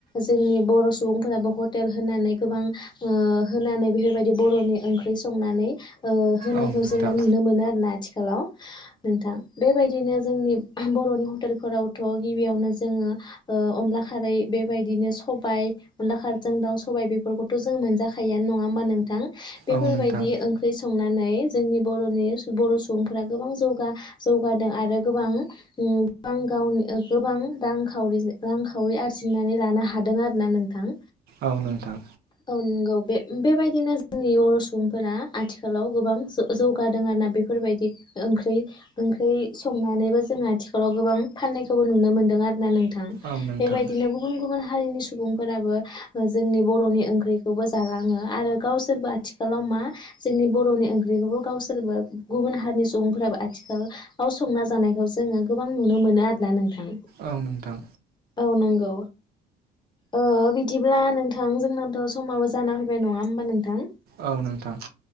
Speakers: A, on the left; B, on the right.
A: जोंनि बर' सुबुंफोराबो हटेल होनानै गोबां ओ होनानै बेफोरबायदि बर'नि ओंख्रि संनानै ओ होनायखौ
B: औ नोंथां
A: जोङो नुनो मोनो आरो ना आथिखालाव नोंथां बेबायदिनो जोंनि बर'नि हटेलफोरावथ' गिबियावनो जोङो अनला खारै बेबायदिनो सबाय अनला खारजों दाउ सबाय बेफोरखौथ' जों मोनजाखायोआनो नङा होमबा नोंथां। बेफोरबायदि
B: औ नोंथां
A: ओंख्रि संनानै जोंनि बर'नि बर' सुबुं फोरा गोबां जौगा जौगादों आरो गोबां गोबां गाव गोबां रां रांखावरि रांखावरि रजिननानै लानो हादों आरो ना नोंथां।
B: औ नोंथां।
A: औ नंगौ बे बेबायदिनो जोंनि बर' सुबुंफोरा आथिखालाव गोबां जौगादों आरोना बेफोरबायदि ओंख्रि ओंख्रि संनानैबो जोंङो आथिखालाव गोबां फाननायखौबो नुनो मोनदों आरो ना नों थां
B: औ नोंथां
A: बे बादिनो गुबुन गुबुन हारिनि सु सुबुंफोराबो जोंनि बर'नि ओंख्रिखौबो जालाङो आरो। गावसोरबा आथिखालाव मा जोंनि बर'नि ओंख्रिखौबो <unintelligible> गावसोरबो गुबुन हारिनि सु बुंफोराबो आथिखालाव संना जानायखौ जोङो गोबां नुनो मोनो आरोना नोंथां
B: औ नोंथां
A: औ नांगौ ओ बिदिब्ला नोंथां जोंना थ समाबो जाना फैबाय नङा होमबा नोंथां
B: औ नोंथां